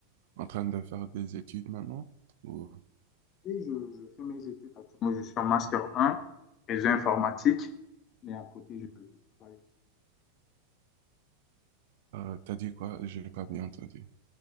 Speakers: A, on the right; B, on the left.
A: en train de faire des études maintenant? Ou
B: Et je, je fais mes études actuellement, je suis en Master un réseau informatique, mais à côté, je je travaille.
A: euh, t'as dit quoi? J'ai pas bien entendu.